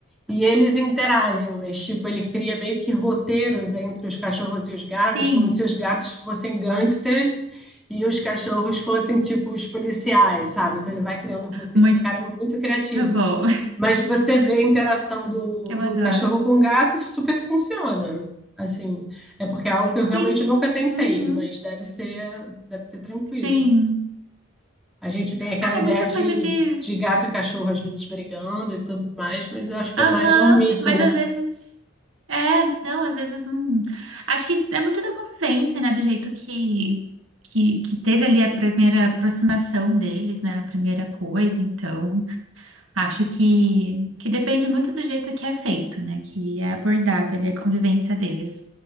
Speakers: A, in the centre; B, on the right.
A: E eles interagem, mas tipo, ele cria meio que roteiros entre os cachorros e os gatos,
B: sim,
A: como se os gatos fossem gangsters e os cachorros fossem tipo os policiais, sabe? Então ele vai criando roteiro,
B: muito
A: o cara é muito criativo.
B: bom. <laughs>
A: Mas você vê a interação do,
B: Eu
A: do
B: adoro.
A: cachorro com o gato e super funciona. Assim, é porque é algo que eu
B: Sim,
A: realmente nunca tentei,
B: uhum,
A: mas deve ser, deve ser tranquilo.
B: sim.
A: A gente tem aquela
B: Ah,
A: ideia
B: é muita
A: de,
B: coisa de
A: de gato e cachorro às vezes brigando e tudo mais, mas eu acho que
B: Aham,
A: é mais um mito,
B: mas
A: né?
B: às vezes. É, não, às vezes. Hum, acho que é muito da convivência, né? Do jeito que, que, que teve ali a primeira aproximação deles, né? A primeira coisa. Então, acho que, que depende muito do jeito que é feito, né? Que é abordado ali a convivência deles.